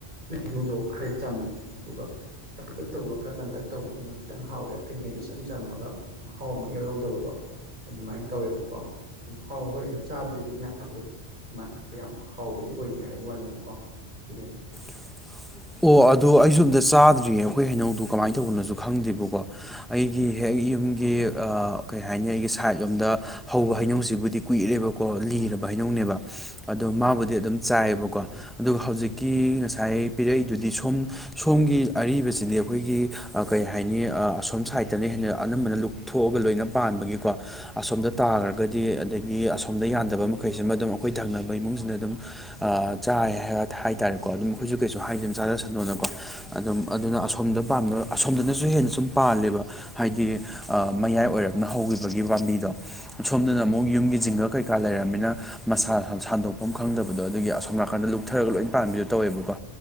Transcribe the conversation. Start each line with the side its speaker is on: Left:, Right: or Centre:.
Right: ꯅ ꯍꯩꯅꯨꯗꯣꯛ ꯈ꯭ꯔꯦ ꯆꯝ ꯑꯗꯨꯒ ꯈꯔ ꯄꯤꯛꯀꯞ ꯇꯧꯕ ꯈꯔ ꯀꯟꯇꯛ ꯇꯧꯕꯗꯨꯅ ꯈꯤꯇꯪ ꯍꯥꯎꯋꯦ ꯑꯇꯩꯦꯡꯈꯩꯗ ꯏꯆꯝ ꯆꯝꯃꯒ ꯃꯍꯥꯎ ꯑꯃ ꯌꯥꯎꯍꯧꯗꯕꯗꯣ ꯑꯗꯨꯃꯥꯏꯅ ꯇꯧꯋꯦꯕꯀꯣ ꯑꯗꯨꯝ ꯍꯥꯎ ꯍꯣꯏ ꯆꯥꯕꯨꯗꯤ ꯑꯗꯨꯝ ꯌꯥꯕꯗꯣ ꯌꯥꯝ ꯍꯥꯎꯕꯗꯤ ꯑꯣꯏꯗꯦ ꯍꯥꯏꯕ ꯋꯥꯅꯦꯕꯀꯣ ꯑꯗꯨꯒꯤꯩꯅ
Centre: <unintelligible> ꯑꯣ ꯑꯗꯨꯗꯣ ꯑꯩꯁꯨ ꯑꯝꯇ ꯆꯥꯗ꯭ꯔꯤꯉꯩ ꯑꯩꯈꯣꯏ ꯍꯩꯅꯧꯗꯨ ꯀꯃꯥꯏꯅ ꯇꯧꯕꯅꯁꯨ ꯈꯪꯗꯦꯕꯀꯣ ꯑꯩꯒꯤ ꯍꯦꯛ ꯌꯨꯝꯒꯤ ꯀꯩ ꯍꯥꯏꯅꯤ ꯑꯩꯒꯤ ꯁꯥꯏꯠ ꯂꯣꯝꯗ ꯍꯧꯕ ꯍꯩꯅꯧꯁꯤꯕꯨꯗꯤ ꯀꯨꯏꯔꯦꯕꯀꯣ ꯂꯤꯔꯕ ꯍꯩꯅꯧꯅꯦꯕ ꯑꯗꯣ ꯃꯥꯕꯨꯗꯤ ꯑꯗꯨꯝ ꯆꯥꯏꯌꯦꯕꯀꯣ ꯑꯗꯨꯒ ꯍꯧꯖꯤꯛꯀꯤ ꯉꯁꯥꯏ ꯄꯤꯔꯛꯏꯗꯨꯗꯤ ꯁꯣꯝ ꯁꯣꯝꯒꯤ ꯑꯔꯤꯕꯁꯤꯗꯤ ꯑꯩꯈꯣꯏꯒꯤ ꯀꯩ ꯍꯥꯏꯅꯤ ꯑꯁꯣꯝ ꯁꯥꯏꯗꯠꯇꯅ ꯑꯅꯝꯕꯅ ꯂꯨꯞꯊꯣꯛꯑꯒ ꯂꯣꯏꯅ ꯄꯥꯟꯕꯒꯤꯀꯣ ꯑꯁꯣꯝꯗ ꯇꯥꯈ꯭ꯔꯒꯗꯤ ꯑꯗꯒꯤ ꯑꯁꯣꯝꯗ ꯌꯥꯗꯕ ꯃꯈꯩꯃ ꯑꯗꯨꯝ ꯑꯩꯈꯣꯏ ꯊꯪꯅꯕ ꯏꯃꯨꯡꯁꯤꯅ ꯑꯗꯨꯝ ꯆꯥꯏ ꯍꯥꯏꯇꯥꯥꯔꯦꯀꯣ ꯑꯗꯨꯝ ꯑꯩꯣꯏꯁꯨ ꯀꯩꯁꯨ ꯍꯥꯏꯗꯅ ꯆꯥꯔꯁꯅꯣꯅꯀꯣ ꯑꯗꯨꯝ ꯑꯗꯨꯅ ꯑꯁꯣꯝꯗ ꯄꯥꯝꯅꯕ ꯑꯁꯣꯝꯗꯅꯁꯨ ꯍꯦꯟꯅ ꯁꯨꯝ ꯄꯥꯜꯂꯦꯕ ꯍꯥꯏꯗꯤ ꯑ ꯃꯌꯥꯏ ꯑꯣꯏꯔꯞꯅ ꯍꯧꯈꯤꯕꯒꯤ ꯄꯥꯝꯕꯤꯗꯣ ꯁꯣꯝꯗꯅ ꯑꯃꯨꯛ ꯌꯨꯝꯒꯤ ꯖꯤꯡꯒ ꯀꯩꯀꯥ ꯂꯩꯔꯃꯤꯅ ꯃꯁꯥ ꯁꯟꯗꯣꯛꯐꯝ ꯈꯪꯗꯕꯗꯣ ꯑꯗꯨꯒꯤ ꯑꯁꯣꯝ ꯅꯥꯀꯟꯗ ꯂꯨꯞꯊꯔꯒ ꯂꯣꯏꯅ ꯄꯥꯟꯕꯤꯁꯨꯣ ꯇꯧꯋꯦꯕꯀꯣ